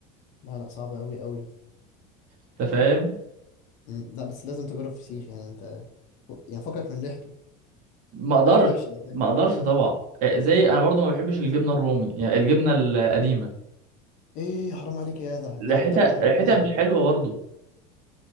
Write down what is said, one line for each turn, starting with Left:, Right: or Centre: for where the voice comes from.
Left: لا لا صعب قوي قوي
Right: انت فاهم
Left: مم، لا بس لازم تجرب فسيخ يعني انت ف- يعني فكك من ريحته
Right: ما اقدرش
Left: ريحته وحشه ده كده
Right: ما
Left: كده
Right: اقدرش طبعا آه، زي انا برضو ما بحبش الجبنه الرومي يعني الجبنه القديمه
Left: ايه حرام عليك يا جدع دي
Right: ريحتها
Left: اكتر نوع
Right: ريحتها
Left: جبنه
Right: مش
Left: بحبه
Right: حلوه برضو